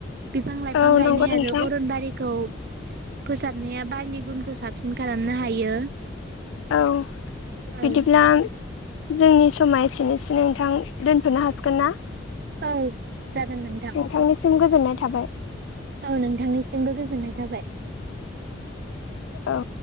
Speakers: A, on the right (about 50°); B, on the left (about 85°).
A: बिफां लाइफां
B: औ
A: गायनाय
B: नंगौ नोंथां
A: आरो अरन बारिखौ फोसाबनाया बारिनि गुनखौ साबसिन खालामनो हायो।
B: औ
A: औ
B: बिदिब्ला जोंनि समा एसेनोसै नोंथां दोनथ'नो हासिगोन ना?
A: औ जागोन
B: नोंथांनिसिम गोजोननाय थाबाय।
A: औ नोंथांनिसिमबो गोजोननाय थाबाय।
B: औ